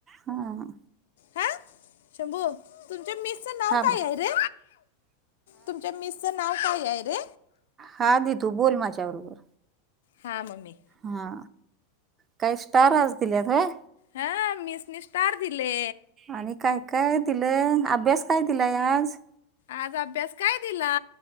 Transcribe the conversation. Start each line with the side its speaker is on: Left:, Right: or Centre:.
Right: हा.
Left: हा, शंभू तुमच्या मिस
Right: थांबा.
Left: अ रे तुमच्या मिसच नाव काय आहे रे?
Right: हा देतो बोल माझ्याबरोबर.
Left: हा मम्मी.
Right: हा. काय स्टार आज दिल्यात व्हय?
Left: हा मिसने स्टार दिले.
Right: आणि काय काय दिलंय, ‌अभ्यास काय दिलाय आज?
Left: आज अभ्यास काय दिला?